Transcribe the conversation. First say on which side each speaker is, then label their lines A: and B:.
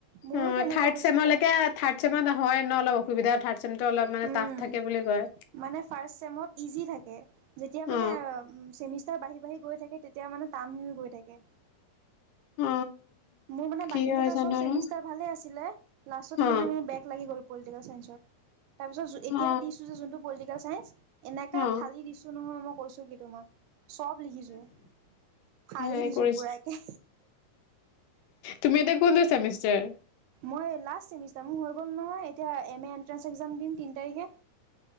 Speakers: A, on the right; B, on the left.
A: মোৰো
B: অ
A: তেনেকুৱা
B: থাৰ্ড
A: হৈছিলে
B: চেমলৈকে থাৰ্ড চেমত হয় ন অলপ অসুবিধা থাৰ্ড চেমটো অলপ মানে
A: উম,
B: টাফ থাকে বুলি কয়।
A: মানে ফাৰ্ষ্ট চেমত ইজি থাকে যেতিয়া
B: অ
A: মানে েমিষ্টাৰ বাঢ়ি বাঢ়ি গৈ থে মে কাম গৈ থাকে
B: অ
A: মোৰ মানে
B: কি
A: বাকী কেইবষ্ট
B: হয় জানো আৰু
A: ভালে আছিল লা
B: অ
A: মে মোৰে ল পলিটিকেল চসত তাৰপিছত
B: অ
A: এতিয়া দিছো যে যোনটো পলিটিকেল চাইস এনেকা
B: অ
A: ফালি দিছো নহয় মই কৈছো কি তোমাক। চব লিখিছো ফালি
B: হেৰি
A: দিছো
B: কৰিছে
A: পুৰাককে
B: তুমি এতিয়া কোনটো ছেমিষ্টাৰ।
A: মই লাষ্ট চেমিষ্টাৰ মোৰ হৈ গ'ল নহয় এতিয়া এম এ এণ্ট্ৰেন্ঞ্চ এক্সাম দিম তিনি তাৰিখে